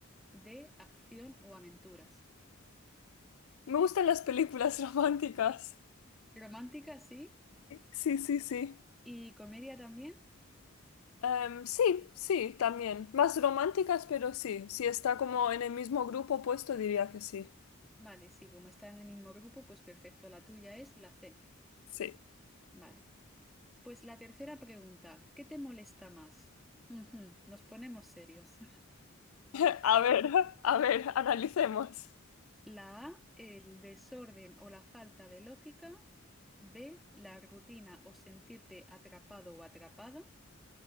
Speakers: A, in the centre; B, on the left.
A: D, acción o aventuras.
B: Me gustan las películas <laughs> románticas.
A: Romántica, sí.
B: Sí, sí, sí.
A: ¿Y comedia también?
B: Em, sí, sí, también. Más románticas, pero sí. Si está como en el mismo grupo puesto diría que sí.
A: Vale, sí, como está en el mismo grupo, pues perfecto. La tuya es la C.
B: Sí.
A: Vale. Pues la tercera pregunta, ¿qué te molesta más? Ujú, nos ponemos serios.
B: <laughs> A ver, a ver, analicemos.
A: La A, el desorden o la falta de lógica. B, la rutina o sentirte atrapado o atrapada.